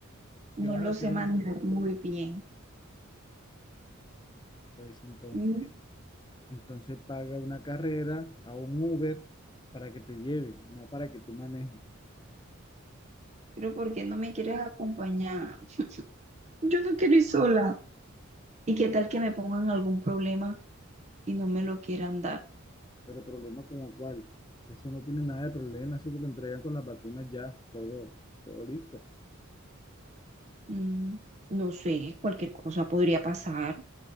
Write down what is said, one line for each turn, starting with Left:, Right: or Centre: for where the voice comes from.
Right: No
Left: ¿qué vas
Right: lo
Left: a hacer
Right: sé manejar
Left: entonces?
Right: muy bien.
Left: Pues entonces.
Right: Mm,
Left: Entonces paga una carrera a un Uber para que te lleve, no para que tú manejes.
Right: Pero ¿por qué no me quieres acompañar? Yo no quiero ir sola. ¿Y qué tal que me pongan algún problema y no me lo quieran dar?
Left: Pero problema como cuál, eso no tiene nada de problema, eso te lo entregan con las vacunas ya, todo, todo listo.
Right: Mm, no sé, cualquier cosa podría pasar.